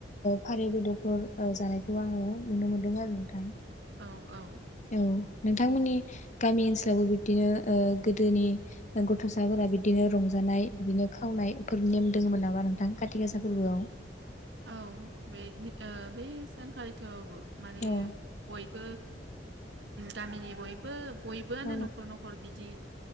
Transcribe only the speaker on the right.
औ औ
औ बे- बे सानखालिथआवबो माने
बयबो गामिनि बयबो बयबोआनो
न'खर न'खर बिदि